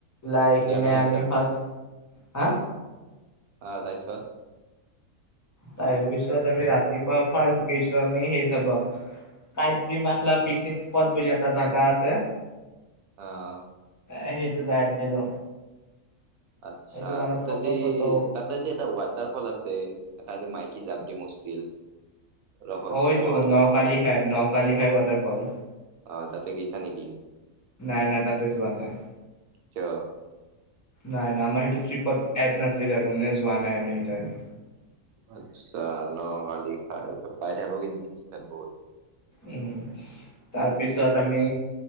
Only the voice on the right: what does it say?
ধুনীয়াকে
খাইছা
অ', তাৰপিছত?
অ'।
আচ্ছা,
তাতে
যি
তাত <unintelligible> যি এটা ৱাটাৰ ফ'ল আছে, এটা যে মাইকী জাব দি মৰছিল? ৰহস্যময়
waterfall
অ', তাতে গিছা নেকি?
কিয়?
আচ্ছা নকালিখাই এইটো পাই থাকোঁ কিন্তু ইনষ্টাত বহুত।